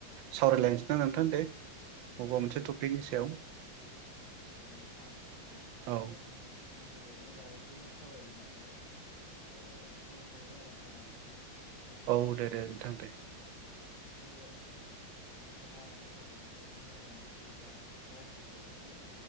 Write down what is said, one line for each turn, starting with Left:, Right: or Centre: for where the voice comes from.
Right: सावरायलायनोसै दां नोंथां दे। अबेबा मोनसे टपिकनि सायाव।
Left: ओ नोंथां <unintelligible>
Right: औ
Left: इन्टारनेटनि बागैसो सावरायनो होननानै ओ कल खालामनाय जादोंमोन आरोना नोंथांजों।
Right: औ दे दे नोंथां दे।
Left: एसे नोंथाङा इन्टारनेटनि मोजां एबा गाज्रिखौ एसे